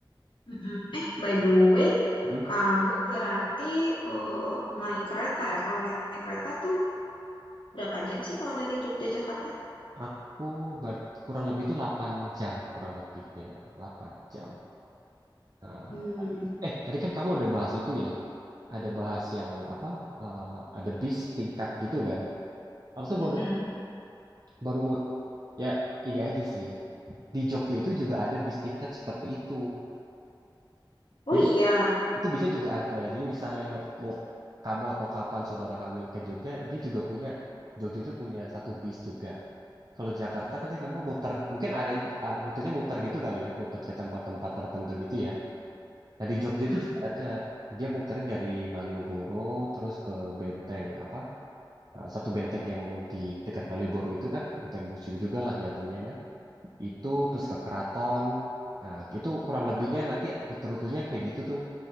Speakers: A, on the left; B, on the right.
A: Mm-mm. Eh, by the way,
B: Hmm.
A: kamu berarti eh, naik kereta ya? Kalau naik, naik kereta tuh berapa jam sih kalau dari Jogja Jakarta?
B: Aku ber- kurang lebih itu delapan jam, kurang lebihnya 8 jam. Nah,
A: Hmm,
B: eh tadi kan kamu ada bahas itu ya, ada bahas yang apa? eh, ada bis tingkat gitu kan? Aku tuh
A: Mm-mm.
B: baru baru mau ya ini aja sih. Di Jogja itu juga ada bis tingkat seperti itu.
A: Oh
B: Jadi
A: iya.
B: itu bisa juga ada. Jadi misalnya mau kamu atau kapan saudara kamu main ke Jogja, dia juga punya Jogja itu punya satu bis juga. Kalau Jakarta kan tadi kakak muter, mungkin area, area rutenya muter gitu kali ya, muter ke tempat-tempat tertentu gitu ya. Nah di Jogja itu
A: Mm.
B: juga ada, dia muternya dari Malioboro terus ke Benteng apa? eh, Satu benteng yang di dekat Malioboro itu kan, benteng museum juga lah jatuhnya kan. Itu terus ke Keraton, nah, itu kurang lebihnya nanti rute-rutenya kayak gitu tuh.